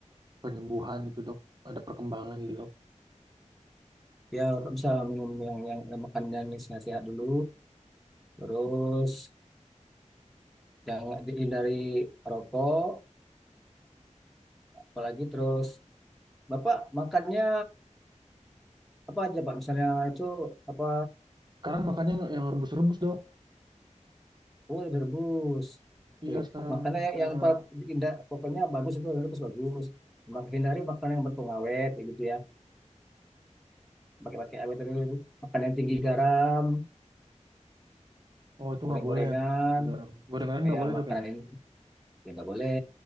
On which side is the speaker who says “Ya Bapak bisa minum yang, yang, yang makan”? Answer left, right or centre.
Centre